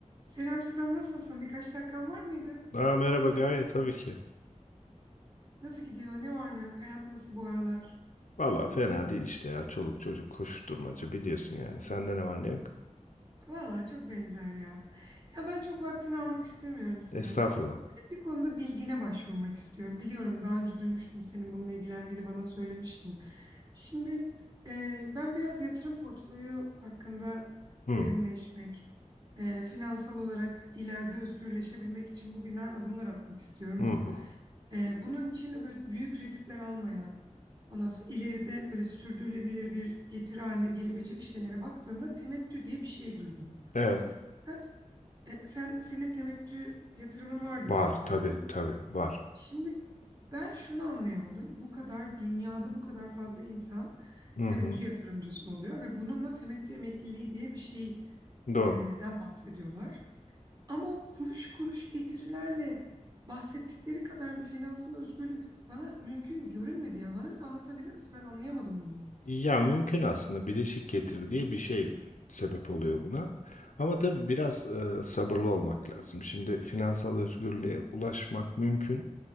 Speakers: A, on the right; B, on the left.
A: Selam Sinan nasılsın? Birkaç dakikan var mıydı?
B: Aa, merhaba Gaye tabii ki.
A: Nasıl gidiyor? Ne var ne yok? Hayat nasıl bu aralar?
B: Vallahi fena değil işte ya. Çoluk çocuk koşuşturmaca biliyorsun yani. Sende ne var ne yok?
A: Vallahi çok benzer ya. Ya ben çok vaktini almak istemiyorum senin.
B: Estağfurullah.
A: Bir konuda bilgine başvurmak istiyorum. Biliyorum daha önce duymuştum senin bununla ilgilendiğini bana söylemiştin. Şimdi e, ben biraz yatırım portföyü hakkında
B: Hı,
A: derinleşmek, e, finansal olarak ileride özgürleşebilmek için bugünden adımlar atmak istiyorum
B: hı,
A: da.
B: hı.
A: Ee, bunun için de böyle büyük riskler almayan, ondan sonra ileride böyle sürdürülebilir bir getiri haline gelebilecek şeylere baktığımda temettü diye bir şey duydum.
B: Evet.
A: Fakat e, sen senin temettü yatırımın vardı
B: Var
A: galiba
B: tabii
A: değil mi?
B: tabii var.
A: Şimdi ben şunu anlayamadım. Bu kadar dünyada bu kadar fazla insan
B: Hı
A: temettü
B: hı.
A: yatırımcısı oluyor ve bununla temettü emekliliği diye bir şeyden
B: Doğru.
A: e, bahsediyorlar. Ama o kuruş kuruş getirilerle bahsettikleri kadar bir finansal özgürlük bana mümkün görünmedi ya. Bana bir anlatabilir misin? Ben anlayamadım bunu.
B: Ya mümkün aslında bileşik getir diye bir şey sebep oluyor buna. Ama tabii biraz e, sabırlı olmak lazım. Şimdi finansal özgürlüğe ulaşmak mümkün.